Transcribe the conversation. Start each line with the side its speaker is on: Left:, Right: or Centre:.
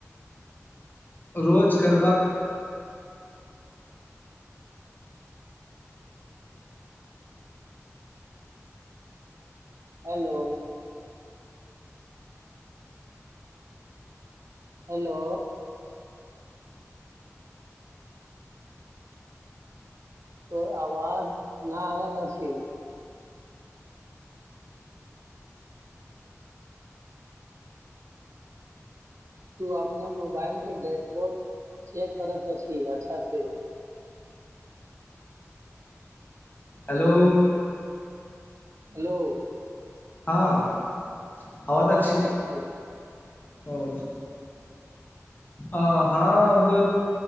Left: रोज गरबा।
Right: हेलो। हेलो। तोर आवाज न आबत अछि तू अपना मोबाइल के डैशबोर्ड चेक करैत अछि अच्छा से।
Left: Hello
Right: hello.
Left: हँ। आवाज
Right: तब बओ
Left: अछि
Right: तऽ छ।
Left: <unintelligible> आ हँ अब